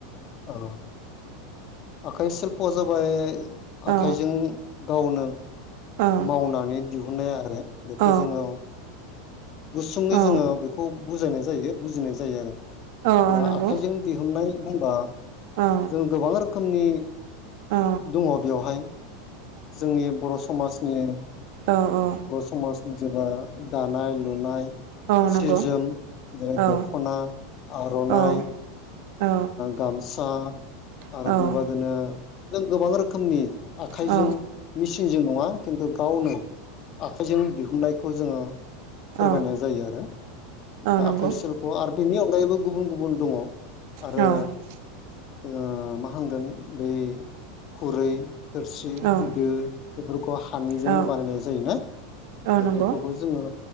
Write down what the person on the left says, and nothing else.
औ। आखाइ सिल्प'आ जाबाय
आखाइजों गावनो
मावनानै दिहुननाय आरो बेखौ
जोङो। गुसुङै
जोङो बेखौ बुजायनाय जायो बुजिनाय जायो आरो।
दा
आखाइजों दिहुननाय होनबा
जों गोबां रोखोमनि
दङ बेयावहाय। जोंनि बर' समाजनि।
समाज जेबा दानाय लुनाय
सि जोम जेरै
दख'ना। आर'नाइ
गामसा
आरो बेबादिनो जों गोबां रोखोमनि आखाइजों
मेसिनजों नङा खिन्थु गावनो आखाइजों दिहुनन्नायखौ जोङो
फोरमायनाय जायो आरो
आखाइ सिल्फ' आरो बेनि अनगायैबो गुबुन गुबुन दङ
आरो ओ मा हगोन बै खुरै थोरसि
दो बेफोरखौ हानिजों
बानायनाय जायोना बेफोरखौबो
जोङो